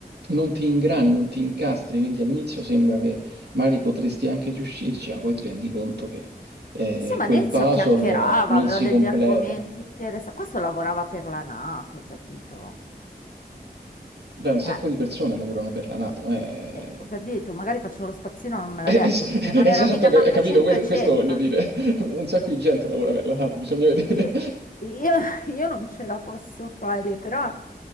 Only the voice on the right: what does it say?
non ti ingrani, non ti incastri, quindi all'inizio sembra che magari potresti anche riuscirci, ma poi ti rendi conto che eh,
quel
puzzle
eh, non
si
completa.
Beh, un
sacco di persone lavorano per la NATO, eh.
Es-
esatto,
ca-
capito?
Que-
Questo voglio dire. Un sacco di gente lavora per la NATO, bisogna vedere.